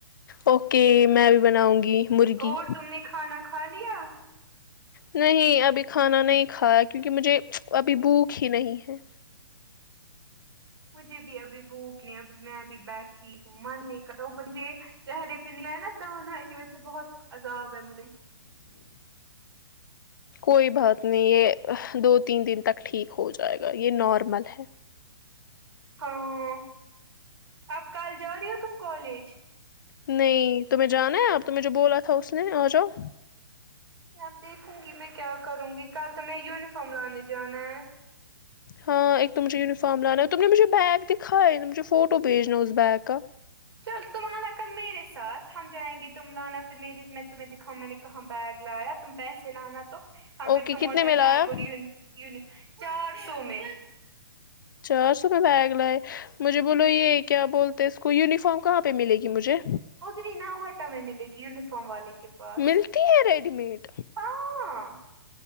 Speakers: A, on the left; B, on the right.
A: اوکے میں بھی بناؤں گی مرغی
B: اور تم نے کھانا کھا لیا
A: نہیں ابھی کھانا نہیں کھایا کیونکہ مجھے ابھی بھوک ہی نہیں ہے
B: مجھے بھی ابھی بھوک نہیں ابھی میں بھی بیٹھی من نہیں کر اوپر سے یہ چہرے پہ نہیں لایا دانا اسی وجہ سے بہت عذاب ہے مجھے <inaudible>
A: کوئی بات نہیں یہ دو تین دن تک ٹھیک ہو جائے گا یہ نارمل ہے
B: ہاں اب کل جا رہی ہو تم کالج
A: نہیں تمہیں جانا ہے آپ تمہیں جو بولا تھا اس نے آ جاؤ
B: اب دیکھوں گی میں کیا کروں گی کل تمہیں یونیفارم لانے جانا ہے
A: ہاں ایک تو مجھے یونیفارم لانا ہے تم نے مجھے بیگ دکھائے ہے نا مجھے فوٹو بھیجنا اس بیگ کا
B: چل تم آنا کل میرے ساتھ ہم جائیں گے تم لانا پھر میری میں تمہیں دکھاؤ میں نے کہاں بیگ لایا تم پیسے لانا تو پھر
A: اوکے
B: تم
A: کتنے
B: اور میں
A: لایا
B: بیگ اوری یونی چار سو میں
A: چار سو میں بیگ لائے مجھے بولو یہ کیا بولتے ہیں اس کو یونیفارم کہاں پہ ملے گی مجھے
B: ادری نا وہ ٹمیں ملے گی ینیفارم والے کے پاس
A: ملتی ہے ریڈی میڈ
B: ہاں